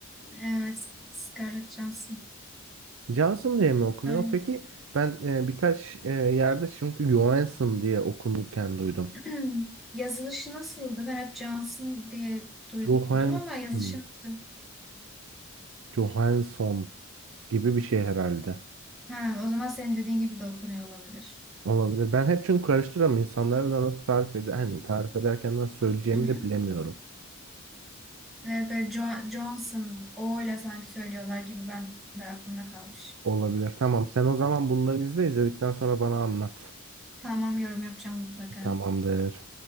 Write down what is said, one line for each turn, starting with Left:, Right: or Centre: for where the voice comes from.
Centre: Evet, Scarlett Johansson.
Right: Johnson diye mi okunuyor?
Centre: Yani
Right: Peki ben e, birkaç e, yerde çünkü Johansson diye okunurken duydum.
Centre: <clears throat> yazılışı nasıldı? Ben hep Johnson diye duydum
Right: Johansson,
Centre: ama yazılışı nasıl?
Right: Johansson gibi bir şey herhalde.
Centre: Ha, o zaman senin dediğin gibi de okunuyor olabilir.
Right: Olabilir. Ben hep çünkü karıştırıyorum. İnsanlara da nasıl tarif eder, hani tarif ederken nasıl söyleyeceğimi
Centre: Hı hı.
Right: de bilemiyorum.
Centre: Evet, böyle Jo- Johnson, O ile sanki söylüyorlar gibi ben de aklımda kalmış.
Right: Olabilir. Tamam. Sen o zaman bunları izle. izledikten sonra bana anlat.
Centre: Tamam, yorum yapacağım mutlaka.
Right: Tamamdır.